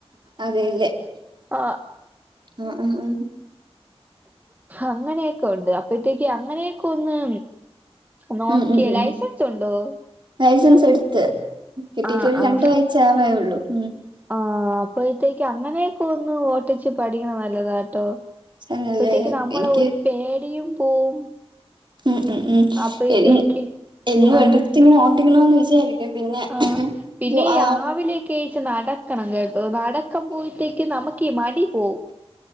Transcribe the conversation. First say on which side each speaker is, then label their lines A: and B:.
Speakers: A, on the right; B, on the right.
A: അതെല്ലേ
B: ആഹ്
A: ആ ആ ആ
B: അങ്ങനെയൊക്കെ ഉണ്ട് അപ്പഴത്തേക്ക് അങ്ങനെയൊക്കെ ഒന്ന് നോക്കിയേ
A: ഉം ഉം ഉം
B: ലൈസൻസ് ഉണ്ടോ
A: ലൈസൻസ് എടുത്ത് കിട്ടീട്ട്
B: ആഹ്
A: ഒരു
B: ആഹ്
A: രണ്ടാഴ്ച ആവയുള്ളൂ ഉം
B: ആഹ് അപ്പഴത്തേക്ക് അങ്ങനെയൊക്കെ ഒന്ന് ഓട്ടിച്ച് പഠിക്കണ നല്ലതാട്ടോ
A: അങ്ങനെല്ലേ
B: അപ്പഴത്തേക്ക് നമ്മളെ
A: എനിക്ക്
B: ഒരു പേടിയും പോവും
A: ഉം ഉം
B: അപ്പഴത്തേക്ക്
A: ഉം എന്നും
B: ആഹ്
A: എടുത്തിങ്ങനെ ഓട്ടിക്കണമന്ന് വിചാരിക്കും പിന്നെ
B: ആഹ് പിന്നെ
A: ജോ ആ
B: രാവിലെയൊക്കെണീച്ച് നടക്കണം കേട്ടോ നടക്കം പോയിത്തേക്ക് നമ്മക്ക് ഈ മടി പോവും